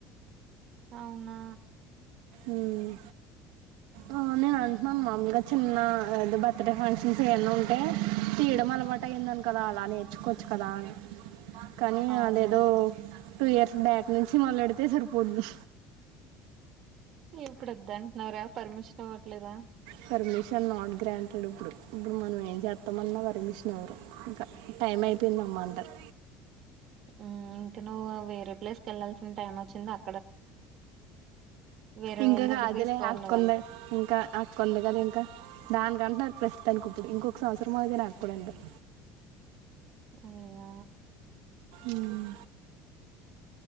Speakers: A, on the right (about 40°); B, on the right (about 80°).
A: అవునా
B: ఉమ్ ఆ నేనంట్నాను మాముల్గా చిన్న బర్త్డే ఫంక్షన్స్ ఏమన్నుంటే తీయడం అలవాట్ టైందని గదా అలా నేర్చుకోచ్చు గదా అని కానీ
A: అవును
B: అదేదో టూ ఇయర్స్ బ్యాక్ నుంచి మొదలెడితే సరిపోద్ది
A: ఇప్పుడొద్దంటున్నారా పర్మిషన్ ఇవ్వట్లేదా
B: పర్మిషన్ నాట్ గ్రాంటెడ్ ఇప్పుడు ఇప్పుడు మనం ఏం చేత్తామన్నా పర్మిషన్ ఇవరు ఇంకా టైమైపోయింది అమ్మ అంటారు
A: ఉ ఇంక నువ్వు వేరే ప్లేస్ కెళ్లాల్సిన టైమొచ్చింది అ వేరే
B: ఇంక
A: వాళ్ళ దగ్గర
B: కాదులే
A: తీసుకోవాలి
B: ఆక్కుంది
A: నువ్వు అంటారు
B: ఇంకాఅ ఉంది గదా ఇంక దానికంటున్నారు ప్రస్తుతానికి ఇప్పుడు ఇంకొక సంవత్సరం అగితే నాక్కూడా అంటారు
A: అయ్య
B: ఉమ్